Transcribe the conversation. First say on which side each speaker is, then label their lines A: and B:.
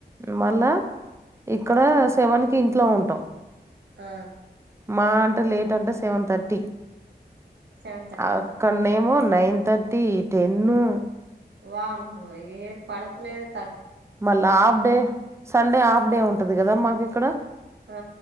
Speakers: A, on the right; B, on the right.
A: మళ్ళా ఇక్కడ సెవన్ కి ఇంట్లో ఉంటాం
B: ఆ
A: మా అంటే లేట్ అంటే సెవెన్ థర్టీ
B: సెవెన్ థర్టీ
A: ఆ
B: కలా
A: క్కన్ మేము నైన్ థర్టీ టెన్ను
B: వామ్మో ఏ పడుకొనేది త
A: మళ్ళా half day Sunday half day ఉంటది కదా మాకు ఇక్కడ
B: ఆ